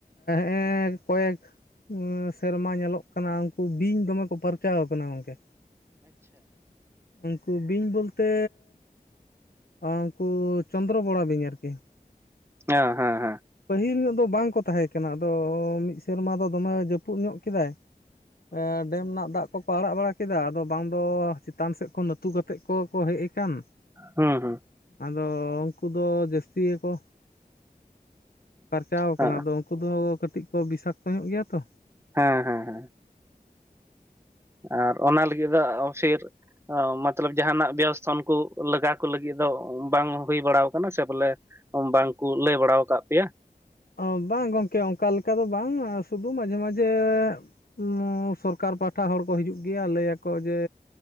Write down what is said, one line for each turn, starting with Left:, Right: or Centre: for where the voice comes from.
Left: ᱦᱮ ᱠᱚᱭᱮᱠ ᱥᱮᱨᱢᱟ ᱧᱮᱞᱚᱜ ᱠᱟᱱᱟ ᱩᱱᱠᱩ ᱵᱤᱧ ᱫᱚᱢᱮ ᱠᱚ ᱯᱟᱨᱪᱟᱣ ᱟᱠᱟᱱᱟ ᱜᱚᱝᱠᱮ <inaudible> ᱩᱱᱠᱩ ᱵᱤᱧ ᱵᱚᱞᱛᱮ ᱩᱱᱠᱩ ᱪᱚᱱᱫᱨᱚ ᱵᱚᱲᱟ ᱵᱤᱧ ᱟᱨᱠᱤ
Right: ᱦᱮᱸ ᱦᱮᱸ ᱦᱮᱸ
Left: ᱯᱟᱹᱦᱤᱞ ᱧᱚᱜ ᱫᱚ ᱵᱟᱝ ᱠᱚ ᱛᱟᱦᱮᱸ ᱠᱟᱱᱟ ᱟᱫᱚ ᱢᱤᱫ ᱥᱮᱨᱢᱟ ᱫᱚ ᱫᱚᱢᱮ ᱡᱟᱹᱯᱩᱫ ᱧᱚᱜ ᱠᱮᱫᱟᱭ ᱮ ᱰᱮᱢ ᱨᱮᱱᱟᱜ ᱫᱟᱜ ᱠᱚᱠᱚ ᱟᱲᱟᱜ ᱵᱟᱲᱟ ᱠᱮᱫᱟ ᱟᱫᱚ ᱵᱟᱝ ᱫᱚ ᱪᱮᱛᱟᱱ ᱥᱮᱫ ᱠᱷᱚᱱ ᱱᱟᱹᱛᱩ ᱠᱟᱛᱮᱫ ᱠᱚ ᱠᱚ ᱦᱮᱡ ᱟᱠᱟᱱ
Right: ᱦᱩᱸ ᱦᱩᱸ
Left: ᱟᱫᱚ ᱩᱱᱠᱩ ᱫᱚ ᱡᱟᱹᱥᱛᱤ ᱜᱮᱠᱚ ᱯᱟᱨᱪᱟᱣ
Right: ᱦᱮᱸ,
Left: ᱠᱟᱱᱟ ᱟᱫᱚ ᱩᱱᱠᱩ ᱫᱚ ᱠᱟᱹᱴᱤᱡ ᱠᱚ ᱵᱤᱥᱟᱠᱛᱚ ᱧᱚᱜ ᱜᱮᱭᱟ ᱛᱚ
Right: ᱦᱮᱸ ᱦᱮᱸ ᱦᱮᱸ ᱟᱨ ᱚᱱᱟ ᱞᱟᱹᱜᱤᱫ ᱫᱚ ᱚᱜᱥᱤᱨ ᱚ ᱢᱚᱛᱞᱚᱵ ᱡᱟᱦᱟᱱᱟᱜ ᱵᱮᱵᱚᱥᱛᱷᱟ ᱩᱱᱠᱩ ᱞᱟᱜᱟ ᱠᱚ ᱞᱟᱹᱜᱤᱫ ᱫᱚ ᱵᱟᱝ ᱦᱩᱭ ᱵᱟᱲᱟ ᱠᱟᱱᱟ ᱥᱮ ᱵᱚᱞᱮ ᱵᱟᱝᱠᱩ ᱞᱟᱹᱭ ᱵᱟᱲᱟ ᱟᱠᱟᱫ ᱯᱮᱭᱟ
Left: ᱚᱸ ᱵᱟᱝ ᱜᱚᱝᱠᱮ ᱚᱱᱠᱟ ᱞᱮᱠᱟ ᱫᱚ ᱵᱟᱝ ᱥᱩᱫᱩ ᱢᱟᱡᱷᱮ ᱢᱟᱡᱷᱮ ᱩᱸ ᱥᱚᱨᱠᱟᱨ ᱯᱟᱦᱴᱟ ᱦᱚᱲ ᱠᱚ ᱦᱤᱡᱩᱜ ᱜᱮᱭᱟ ᱞᱟᱹᱭᱟᱠᱚ ᱡᱮ